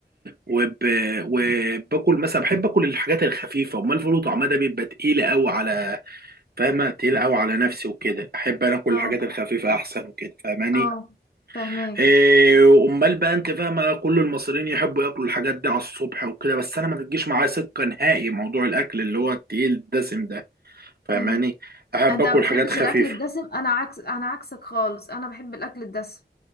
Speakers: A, on the right; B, on the left.
A: وب... وباكل مثلا بحب اكل الحاجات الخفيفه امال الفول وطعميه ده بيبقى تقيله قوي على فاهمة تقيل قوي على نفسي وكده احب انا كل
B: اه
A: الحاجات الخفيفة احسن وكده فاهماني
B: اه فاهماه
A: إيه امال بقى انت فاهمة كل المصريين يحبوا ياكلوا الحاجات دي على الصبح وكده بس انا ما بتجيش معايا سكة نهائي موضوع الاكل اللي هو التقيل الدسم ده فاهماني
B: امم
A: احب
B: انت
A: اكل
B: ما بتحبش
A: حاجات خفيفة
B: الاكل الدسم انا عكس انا عكسك خالص انا بحب الاكل الدسم